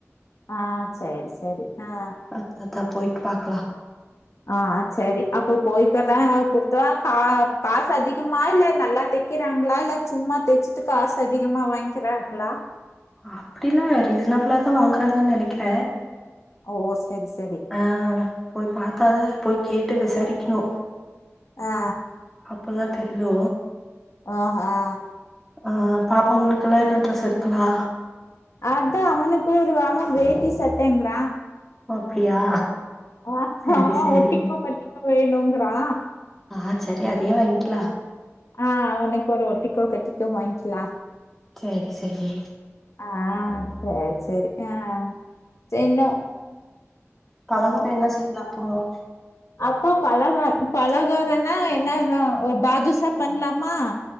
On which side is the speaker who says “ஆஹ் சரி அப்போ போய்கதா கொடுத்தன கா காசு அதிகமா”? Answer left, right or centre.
Left